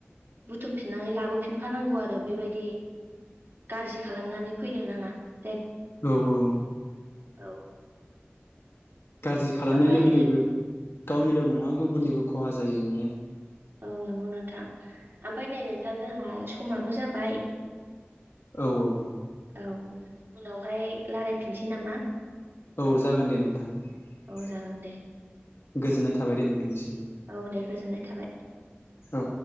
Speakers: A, on the right; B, on the left.
A: बुथुमफिननानै लाबोफिनफानांगौ आरो बेबायदि गाज्रि खालामनानै फैनो नाङा ।
B: औ औ
A: औ
B: गाज्रि खालामनाय
A: ओमफ्राय
B: लोगो लोगो गावनिल नङा गुबुननिबो खहा जायो माने ।
A: औ नंगौ नोंथां ओमफ्राय नै नोंथां जोंहा समाबो जाबाय
B: औ औ
A: औ उनावहाय रायलायफिनसै नामा?
B: औ जागोन दे नोंथां ।
A: औ जागोन दे
B: गोजोननाय थाबाय दे नोंथांसिम
A: औ दे गोजोननाय थाबाय
B: औ